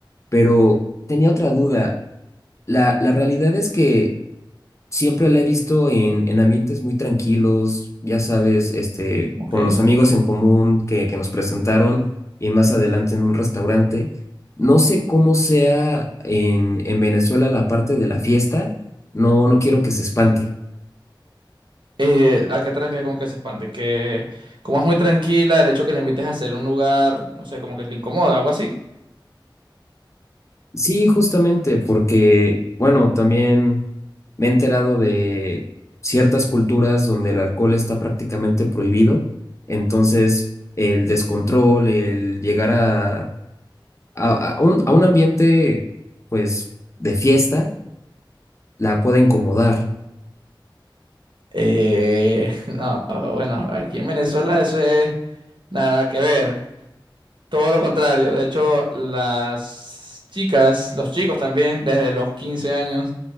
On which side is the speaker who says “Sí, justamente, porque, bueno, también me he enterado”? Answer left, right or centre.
Left